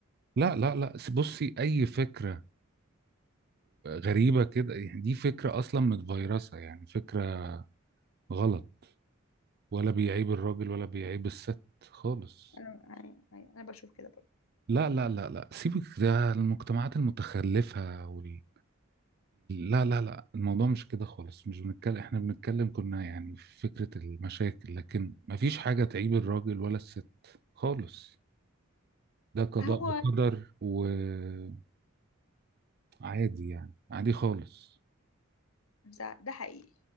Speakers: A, on the right (about 50°); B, on the left (about 90°).
A: لا لا لا بصي اي فكرة غريبة كده يعني دي فكرة اصلا متفيرسة يعني فكرة غلط ولا بيعيب الراجل ولا بيعيب الست خالص
B: انا انا أنا بشوف كده برضه
A: لا لا لا لا سيبك ده المجتمعات المتخلفة وال لا لا لا الموضوع مش كده خالص مش بنتكلم احنا بنتكلم كنا يعني في فكرة المشاكل لكن مفيش حاجة تعيب الراجل ولا الست خالص ده قضاء
B: هو
A: وقدر وعادي يعني عادي خالص
B: ده ده حقيقي